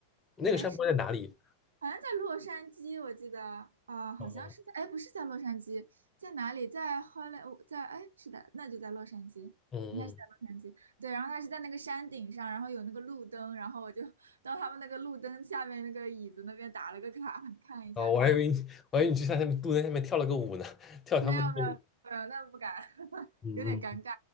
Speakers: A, on the left; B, on the right.
A: 那个山坡在哪里？
B: 哎，好像在洛杉矶，我记得啊、好像是在，
A: 哦，
B: 哎，不是在洛杉矶，在哪里？在 h o 我在，哎，是的，那就在洛杉矶，
A: 嗯嗯，
B: 应该是在洛杉矶。对，然后他是在那个山顶上，然后有那个路灯，然后我就到他们那个路灯下面那个椅子那边打了个卡，<laughs> 看一下那个网。
A: 哦，我还以为你我还以为你去下面路在下面跳了个舞呢，跳他们的舞。
B: 没有，没有，没有，那不敢，<laughs>
A: 嗯嗯，
B: 有点尴尬。